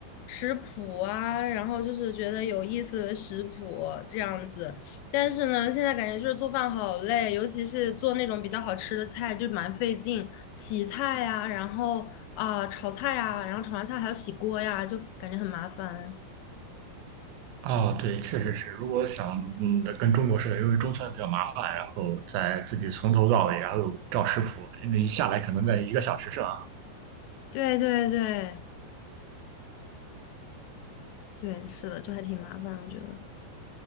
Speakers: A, on the left; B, on the right.
A: 食谱啊，然后就是觉得有意思的食谱这样子。但是呢，现在感觉就是做饭好累，尤其是做那种比较好吃的菜，就蛮费劲，洗菜呀，然后啊、炒菜呀，然后炒完菜还要洗锅呀，就感觉很麻烦。
B: 哦，对，确实是，如果想嗯跟中国似的，因为中餐比较麻烦，然后再自己从头到尾，然后照食谱，那一下来可能在一个小时上。
A: 对对对。对，是的，就还挺麻烦，我觉得。